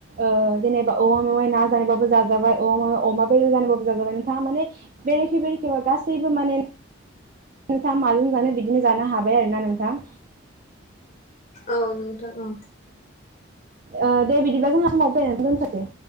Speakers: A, on the right; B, on the left.
A: ओ जेनेबा औवा मेवाय ना बाबो जाजाबाय औवा मेवाय अमा बेदर जानायबाबो जाजाबाय नोंथाङा माने बेरेखे बेरेखेबाबो गासैबो माने नोंथाङा माजों जानो बिदिनो जानो हाबाय आरोना नोंथां
B: औ नोंथां औ
A: ओ दे बिदिब्ला जोंहा समाबो सबायना दोनथसै